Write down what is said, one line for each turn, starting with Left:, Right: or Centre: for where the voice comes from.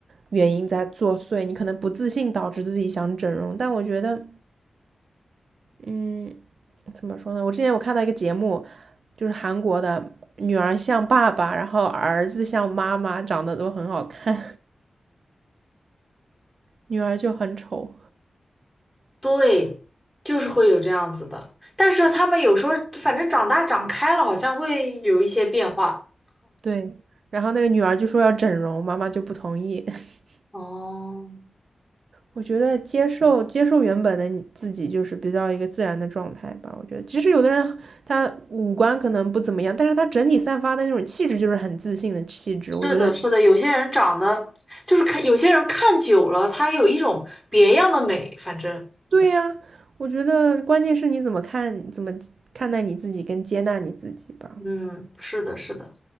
Right: 原因在作祟，你可能不自信导致自己想整容。但我觉得，嗯，怎么说呢？我之前我看到一个节目，就是韩国的女儿像爸爸，然后儿子像妈妈，长得都很好看。女儿就很丑，
Centre: 对，就是会有这样子的。但是他们有时候反正长大长开了，好像会有一些变化。
Right: 对。然后那个女儿就说要整容，妈妈就不同意。<laughs>
Centre: 哦，
Right: 我觉得接受接受原本的你自己，就是比较一个自然的状态吧。我觉得，其实有的人他五官可能不怎么样，但是他整体散发的那种气质就是很自信的气质。我觉得，
Centre: 是的，是的，有些人长得就是看，有些人看久了，他有一种别样的美。反正，
Right: 对呀、我觉得关键是你怎么看，怎么看待你自己跟接纳你自己吧。
Centre: 嗯，是的，是的。